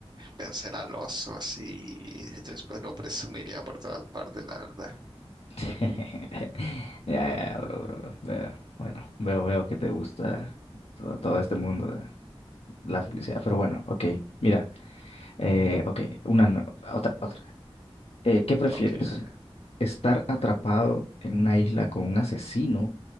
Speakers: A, on the right; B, on the left.
A: vencer al oso así. y Después lo presumiría por todas partes, la verdad.
B: <laughs> Ya, ya, ya, bro, bro, bro. Veo, bueno, veo, veo que te gusta todo, todo este mundo de la publicidad. Pero bueno, ok, mira, eh, ok, una, no- otra, otra. Eh, ¿qué prefieres?
A: Ok, ok.
B: ¿Estar atrapado en una isla con un asesino